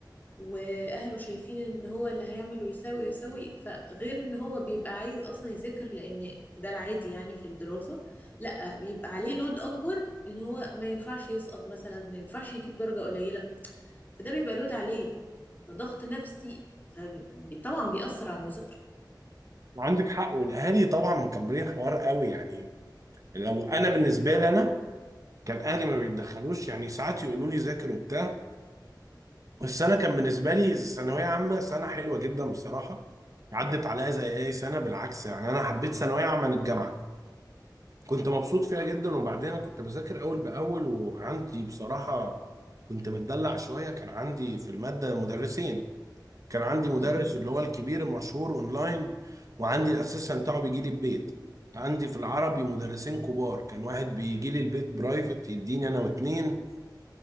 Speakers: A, on the left; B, on the right.
A: واهله شايفين ان هو اللي هيعمل ويساوي ويساوي فغير ان هو بيبقى عايز اصلا يذاكر لان ده العادي يعني في الدراسة لا بيبقى عليه لود اكبر ان هو ما ينفعش يسقط مثلا ما ينفعش يجيب درجة قليلة فده بيبقى لود عليه فضغط نفسي فطبعا بيأثر على المذاكرة
B: عندك حق والاهالي طبعا مكبرين الحوار قوي يعني لو انا بالنسبه لي انا كان اهلي ما بيتدخلوش يعني ساعات يقولوا لي ذاكر وبتاع بس انا كان بالنسبه لي الثانويه عامه سنه حلوه جدا بصراحه عدت عليا زي اي سنه بالعكس يعني انا حبيت ثانويه عامه عن الجامعه كنت مبسوط فيها جدا وبعدين انا كنت بذاكر اول باول وعندي بصراحه كنت متدلع شويه كان عندي في الماده مدرسين كان عندي مدرس
A: امم
B: اللي هو الكبير المشهور اونلاين وعندي الاسيستنت بتاعه بيجي لي البيت عندي في العربي مدرسين كبار كان واحد بيجي لي البيت برايفت يديني انا واتنين